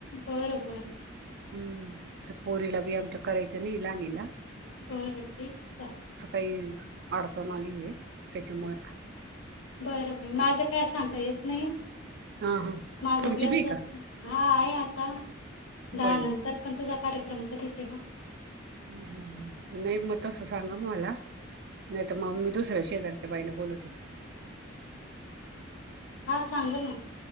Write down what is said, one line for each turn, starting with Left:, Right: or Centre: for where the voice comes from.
Left: बरं बरं
Right: हम्म तर पोरीला बी आमच्या करायचं नाही लहानीला,
Left: बरं ठीक ल
Right: का अडचण आली आहे त्याच्यामुळे
Left: बरं बर माझं काय सांगता येत नाही.
Right: हा हा
Left: माझा
Right: तुमची
Left: बी असंच
Right: आहे का
Left: हा आहे आता दहा
Right: बाई
Left: नंतर पण तुझा कार्यक्रम कधीेते बघ
Right: ह् हम नाही मग तस सांगा म मला तर मग मी दुसऱ्या शेजारच्या बाईला बोलवते.
Left: हा सांग ना,